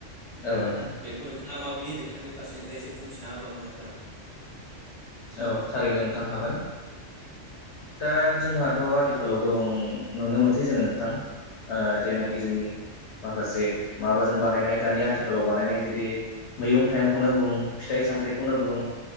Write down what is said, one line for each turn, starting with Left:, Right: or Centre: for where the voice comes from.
Centre: दा
Left: औ नोंथां
Centre: बेखौ नोंथाङा माबाय दि नोंथांनि फारसेनिफ्राय एसे बुंथिना होबा मोजां जागौमोन।
Left: औ थारैनो नोंथां हागोन दा जोंहा थ' आथिखालाव गोबां नुनो मोनसै जोङो नोंथां ओ जेनाखि
Centre: औ
Left: जोंनि माखासे माबाजों बानायनाय दानि आथिखालाव बानायनाय जुेरदि मैगं थाइगंखौनो बुं फिथाइ सामथाय खौनो बुं
Centre: औ